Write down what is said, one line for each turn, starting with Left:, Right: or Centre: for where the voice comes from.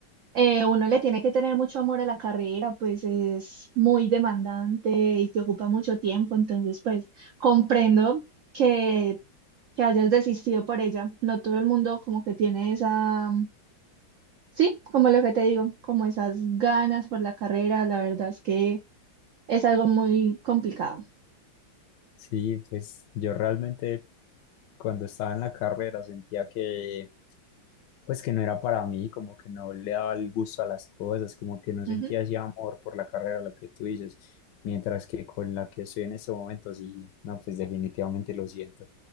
Right: eh, uno le tiene que tener mucho amor a la carrera, pues es muy demandante y te ocupa mucho tiempo, entonces pues comprendo que, que hayas desistido por ella, no todo el mundo como que tiene esa... Sí, como lo que te digo, como esas ganas por la carrera, la verdad es que es algo muy complicado.
Left: Sí, pues yo realmente cuando estaba en la carrera sentía que pues que no era para mí, como que no le daba el gusto a las cosas, como que no sentía
Right: Ujú.
Left: ese amor por la carrera, lo que tú dices, mientras que con la que estoy en este momento, sí, no, pues definitivamente lo siento.